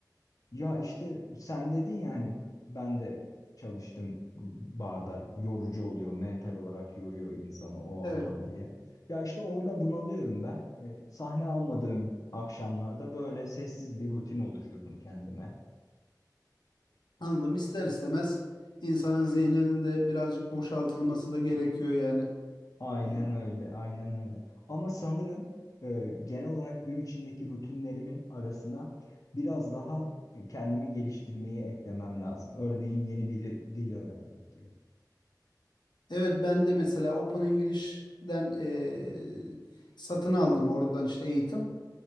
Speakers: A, on the left; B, on the left.
A: Ya işte sen dedin ya hani ben de çalıştım barda yorucu oluyor mental olarak yoruyor insanı o ortam
B: Evet.
A: diye. Ya işte orada bunalıyorum ben. E, sahne almadığım akşamlarda böyle sessiz bir rutin oluşturdum kendime.
B: Anladım. İster istemez insanın zihninin de birazcık boşaltılması da gerekiyor yani.
A: Aynen
B: Ee,
A: öyle, aynen öyle. Ama sanırım e, genel olarak gün içindeki rutinlerimin arasına biraz daha e, kendimi geliştirmeyi eklemem lazım. Örneğin yeni bir dil öğrenmek gibi.
B: Evet ben de mesela Open English'den eee, satın aldım oradan işte eğitim.